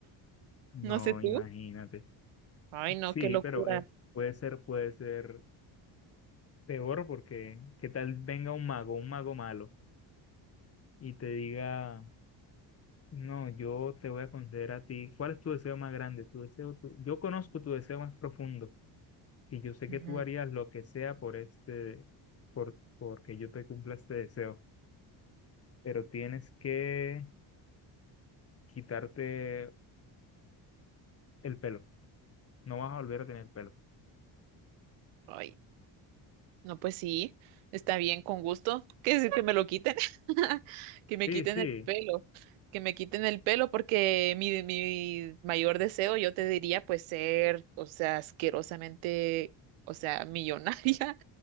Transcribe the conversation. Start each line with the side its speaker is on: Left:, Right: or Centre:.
Left: No,
Right: No sé tú.
Left: imagínate.
Right: Ay, no,
Left: Sí,
Right: qué locura.
Left: pero eh, puede ser, puede ser peor porque ¿qué tal venga un mago, un mago malo y te diga No, yo te voy a conceder a ti. ¿Cuál es tu deseo más grande? Tu deseo, tu- Yo conozco tu deseo más profundo y yo sé que
Right: Ujú.
Left: tú harías lo que sea por este, por, porque yo te cumpla este deseo. Pero tienes que quitarte el pelo. No vas a volver a tener pelo.
Right: Ay. No, pues sí, está bien, con gusto. ¿Qué decir que me lo quiten? <laughs> Que
Left: Sí,
Right: me quiten
Left: sí,
Right: el pelo, que me quiten el pelo porque mi, mi mayor deseo, yo te diría, pues ser, o sea, asquerosamente, o sea, millonaria, <laughs>